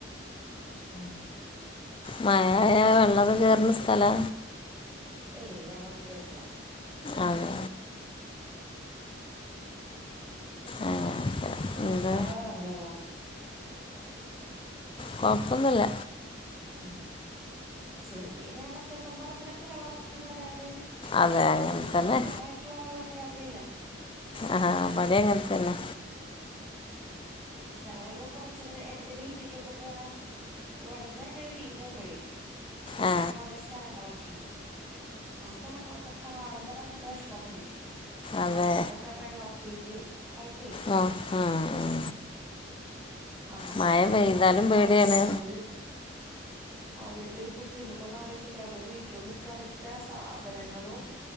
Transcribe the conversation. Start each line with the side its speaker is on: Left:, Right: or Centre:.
Centre: ഉം.
Left: മഴായ വെള്ളൊക്കെ കേറുന്ന സ്ഥലാ?
Centre: ഏയ് വെള്ളൊന്നും കേറില്ല.
Left: ആഹ്. അങ്ങനെയൊക്കെ എന്താ
Centre: അവിടെ വെള്ളം കേറോ?
Left: കൊഴപ്പൊന്നില്ല.
Centre: ഉം ചെറിയ ഇങ്ങനെ മുറ്റത്തും പറമ്പിലൊക്കെ വെള്ളം നിക്കുന്നല്ലാണ്ട്
Left: അതെ
Centre: നമുക്ക്
Left: അങ്ങനെ
Centre: ഉപദ്രവമായിട്ടുള്ള
Left: തന്നെ
Centre: വെള്ളം കേയറലില്ല.
Left: ആഹാ <unintelligible> അങ്ങനത്തെന്നെ.
Centre: പക്ഷെ ഞങ്ങളുടെ അവിടന്ന് കൊറച്ചങ്ങട് എന്റെ വീട്ടിക്കൊക്കെ പോണ ഇവിടുന്ന് എന്റെ വീട്ടിലക്ക് പോകുമ്പോഴേ
Left: ആ
Centre: കാണണ ഒരേ സ്ഥലങ്ങളൊക്കെണ്ട്. ആ സ്ഥലങ്ങളൊക്കെ കാണുമ്പോ നമുക്ക് വിഷമം വരും.
Left: അതെ
Centre: ആൾക്കാരൊക്കെ വെള്ളത്തിൽ ആയിട്ടേ
Left: ഉം,
Centre: <inaudible>
Left: ഉം, ഉം.
Centre: നമ്മക്കൊന്നും
Left: മഴ
Centre: അങ്ങനെ
Left: പെയ്താലും
Centre: ഇല്ലാത്ത
Left: പേടിയാണ്
Centre: ഭാഗ്യം അത് അതിന്റെ ഒരു ബുദ്ധിമുട്ടൊന്ന് ആലോച്ചോക്കെ അവരുടെ വീട്ടിലും നിക്കാൻ പറ്റില്ല. സാധനങ്ങളോ